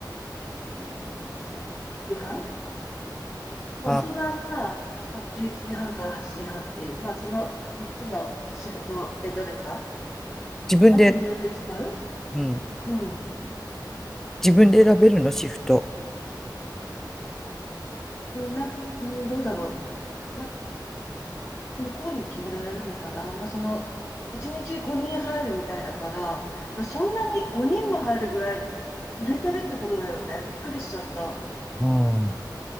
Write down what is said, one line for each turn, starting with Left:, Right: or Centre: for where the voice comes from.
Left: えー、7時半。もう遅番が、
Centre: あ、
Left: まず11時半から8時半っていう、まあ、その3つのシフトでどれか、
Centre: 自分で、
Left: まあ、日によって違う。
Centre: うん。
Left: うん。
Centre: 自分で選べるの、シフト。
Left: うんな、うん、どうだろう。まあ、向こうに決められるのかな。まあ、その、1日5人入るみたいだから、でもそんなに5人も入るぐらい売れてるってことだよね。びっくりしちゃった。
Centre: うん